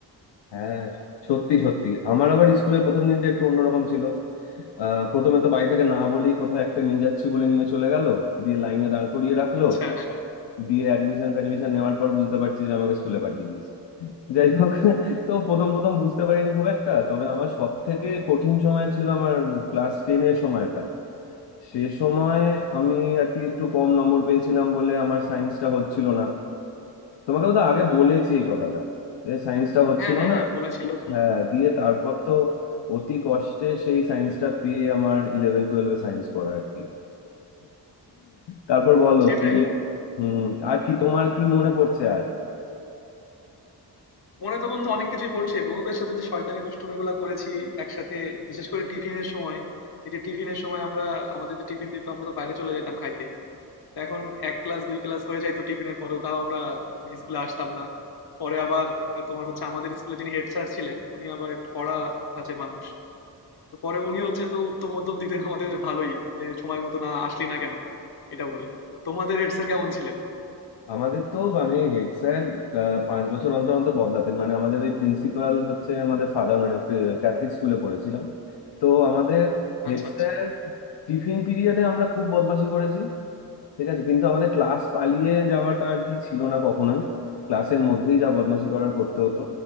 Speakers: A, on the left; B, on the left.
A: হ্যাঁ সত্যি সত্যি আমার আবার স্কুলের প্রথম দিনটা একটু অন্যরকম ছিল আহ, প্রথমে তো বাড়ি থেকে না বলেই কোথাও একটা নিয়ে যাচ্ছি বলে নিয়ে চলে গেল দিয়ে লাইনে দাঁড় করিয়ে রাখলো
B: আচ্ছা
A: দিয়ে অ্যাডমিশন ফ্যাডমিশন নেওয়ার পর বুঝতে পারছি যে আমাকে স্কুলে পাঠিয়ে দিয়েছে যাই হোক তো প্রথম প্রথম বুঝতে পারিনি খুব একটা তবে আমার সব থেকে কঠিন সময় ছিল আমার ক্লাস টেনের সময়টা সে সময় আমি আর কি একটু কম নম্বর পেয়েছিলাম বলে আমার সায়েন্সটা হচ্ছিল না তোমাকে তো আগে বলেছি এই কথাটা যে সায়েন্সটা হচ্ছিল
B: হ্যাঁ হ্যাঁ
A: না
B: হ্যাঁ
A: হ্যাঁ
B: বলেছিলে
A: বলেছি। হ্যাঁ দিয়ে তারপর তো অতি কষ্টে সেই সায়েন্সটা পেয়ে আমার ইলেভেন টুয়েলভে সায়েন্স পড়া আর কি তারপর বলো
B: সেটাই
A: কি সে হুম আর কি তোমার কি মনে পড়ছে আর
B: মনে তো বন্ধু অনেক কিছুই পড়ছে বন্ধুদের সাথে যে শয়তানি দুষ্টুমিগুলো করেছি একসাথে বিশেষ করে টিফিনের সময় এই যে টিফিনের সময় আমরা আমাদের যে টিফিন দিত আমরা তো বাইরে চলে যেতাম খাইতে এখন ১ ক্লাস ২ ক্লাস হয়ে যাইতো টিফিনের পরেও তাও আমরা মানে স্কুলে আসতাম না। পরে আবার তোমার হচ্ছে আমাদের স্কুলে যিনি হেড স্যার ছিলেন উনি আবার একটু কড়া ধাঁচের মানুষ। তো পরে উনি হচ্ছে তো উত্তম মধ্যম দিতেন আমাদের ভালোই যে সময় মতো না আসলি না কেন এটা বলে। তো তোমাদের হেড স্যার কেমন ছিলেন?
A: আমাদের তো মানে হেড স্যার পাঁচ বছর অন্তর অন্তর বদলাতেন মানে আমাদের ওই প্রিন্সিপাল হচ্ছে আমাদের ফাদার মানে ক্যাথলিক স্কুলে পড়েছিলাম তো আমাদের হেড
B: আচ্ছা
A: স্যার
B: আচ্ছা
A: টিফিন পিরিয়ডে আমরা খুব বদমাশি করেছি ঠিক আছে কিন্তু আমাদের ক্লাস পালিয়ে যাওয়াটা আর কি ছিল না কখনোই ক্লাসের মধ্যেই যা বদমাশি করার করতে হতো